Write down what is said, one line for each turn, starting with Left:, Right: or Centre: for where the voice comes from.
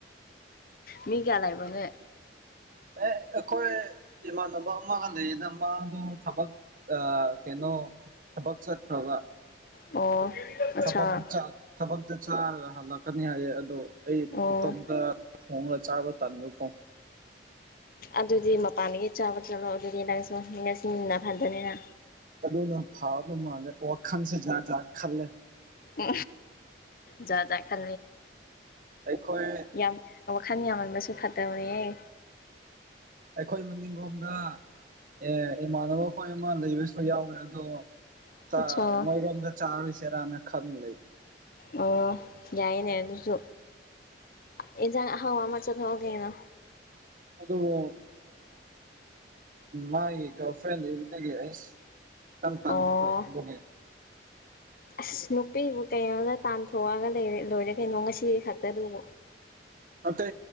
Left: ꯃꯤ ꯀ꯭ꯌꯥ ꯂꯩꯥꯏꯕ꯭ꯔꯣꯅꯦ
Right: ꯑꯦ ꯑꯩꯈꯣꯏ ꯏꯃꯥꯟꯅꯕ ꯑꯃꯒ ꯂꯩꯌꯦꯅ ꯃꯥꯗꯣ ꯊꯕꯛ ꯑ ꯀꯩꯅꯩꯅꯣ ꯊꯕꯛ ꯆꯠ꯭ꯔꯒ
Left: ꯑꯣ ꯑꯠꯆꯥ
Right: ꯊ ꯊꯕꯛꯇ ꯆꯥꯔꯒ ꯍꯜꯂꯛꯀꯅꯤ ꯍꯥꯏꯌꯦ ꯑꯗꯣ ꯑꯩ
Left: ꯑꯣ
Right: ꯏꯇꯣꯝꯇ ꯈꯣꯡꯅ ꯆꯥꯕ ꯇꯜꯨꯀꯣ
Left: ꯑꯗꯨꯗꯤ ꯃꯄꯥꯟꯗꯒꯤ ꯆꯥꯕ ꯆꯠꯂꯣ ꯑꯗꯨꯗꯤ ꯅꯪꯁꯨ ꯉꯁꯤꯅ ꯐꯗꯅꯤꯅ
Right: ꯑꯗꯨꯅ ꯐꯥꯗ ꯃꯥꯜꯂꯦ ꯋꯥꯈꯟꯁꯦꯥꯖꯥꯠ ꯈꯜꯂꯦ
Left: ꯎ ꯌꯥꯖ ꯈ
Right: ꯑꯩꯈꯣꯏ
Left: ꯌꯥꯝ ꯋꯥꯈꯜ ꯌꯥꯝꯃꯟꯕꯁꯨ ꯐꯠꯇꯕꯅꯦꯍ
Right: ꯑꯩꯈꯣꯏ ꯃꯅꯤꯡꯂꯣꯝꯗ ꯑꯦ ꯏꯃꯥꯟꯅꯕ ꯈꯣꯏ ꯑꯃ ꯂꯩꯕꯁꯨ ꯌꯥꯎꯋꯦ ꯑꯗꯣ ꯆ
Left: ꯑꯠꯆꯥ
Right: ꯃꯣꯏꯔꯣꯝꯗ ꯆꯔꯨꯁꯤꯔꯅ ꯈꯟ ꯂꯩ
Left: ꯑꯣ ꯌꯥꯏꯅꯦ ꯑꯗꯨꯁꯨ ꯑꯦꯟꯁꯥꯡ ꯑꯍꯥꯎ ꯑꯃ ꯆꯠꯊꯣꯛꯑꯣ ꯀꯩꯅꯣ
Right: ꯑꯗꯨꯕꯨ ꯃꯥꯒꯤ ꯒꯥꯔꯜ ꯐ꯭ꯔꯦꯟ ꯏꯕꯗꯒꯤ ꯑꯩꯁ ꯈꯤꯇꯪ ꯇꯟꯕꯀꯣ
Left: ꯑꯣ
Right: <inaudible>
Left: ꯑꯁ ꯅꯨꯄꯤꯕꯨ ꯀꯩꯅꯣꯗ ꯇꯥꯟꯊꯣꯛꯑꯒ ꯂꯣꯏꯔꯦ ꯀꯩꯅꯣ ꯉꯁꯤ ꯈꯛꯇꯗꯨꯕꯨ
Right: ꯅꯠꯇꯦ